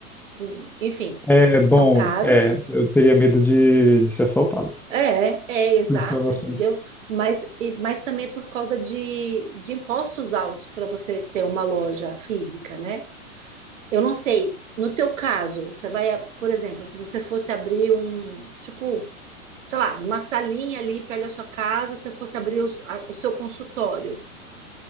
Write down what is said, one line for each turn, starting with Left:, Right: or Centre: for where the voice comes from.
Right: Com- Enfim,
Centre: É,
Right: que
Centre: bom,
Right: são caros.
Centre: é, eu teria medo de, de ser assaltado.
Right: É, é exato,
Centre: Pensando assim.
Right: entendeu? Mas, e- mas também por causa de, de impostos altos para você ter uma loja física, né? Eu não sei. No teu caso, você vai, por exemplo, se você fosse abrir um, tipo, sei lá, uma salinha ali perto da sua casa, se você fosse abrir os- a- o seu consultório,